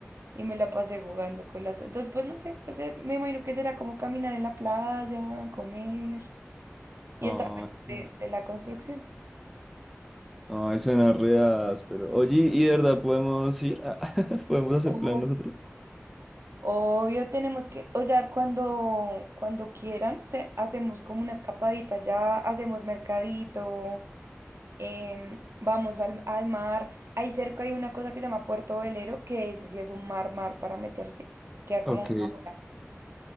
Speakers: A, on the right (about 65°); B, in the centre.
A: Y me la pasé jugando con las... Entonces, pues no sé, pues eh, me imagino que será como caminar en la playa, comer y
B: Ay,
A: estar pendiente
B: pues,
A: de la construcción.
B: ay, suena re áspero. Oye, ¿y de verdad podemos ir? <laughs> ¿Podemos hacer
A: Ojo.
B: plan nosotros?
A: Obvio, tenemos que, o sea, cuando, cuando quieran, se- hacemos como una escapadita, ya hacemos mercadito, em, vamos al, al mar. Ahí cerca hay una cosa que se llama Puerto Velero, que ese sí es un mar, mar para meterse. Queda como
B: Ok.
A: una hora.